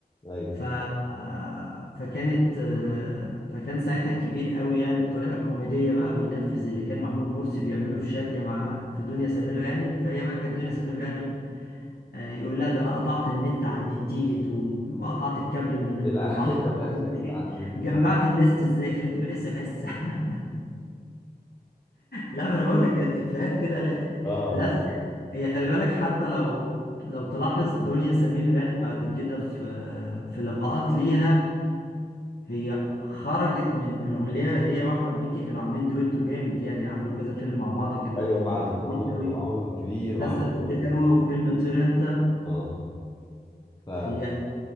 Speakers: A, on the left; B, on the left.
A: ايوه
B: ف آه، فكانت آه، فكان ساعتها كبير قوي يعني بطريقة كوميدية بقى بينفذ اللي كان محمود مرسي بيعمله في شادية مع في دنيا سمير غانم فهي بقى كانت دنيا سمير غانم آه، يقول لا ده انا قطعت النت عن النتيت و- وقطعت الكابل من
A: لا
B: من البحر
A: <laughs> انك
B: <laughs>
A: اتعلمتيه
B: جمعت الناس ازاي قالت بالاس ام اس <laughs> لا انا بقول لك كانت افيهات كده لا
A: اه
B: لازقه هي خلي بالك حتى لو لو تلاحظ دنيا سمير غانم بعد كده في في لقاءات ليها هي خرجت من رغم ان هي هي واحمد مكي كانوا عاملين دويتو جامد يعني عملوا كذا فيلم مع بعض كانوا
A: ايوه فعلا
B: كتير
A: عملوا
B: قوي
A: عملوا الكبير
B: مسلسل
A: وعملوا
B: كتير قوي وفيلم طير انت
A: اه ف
B: هي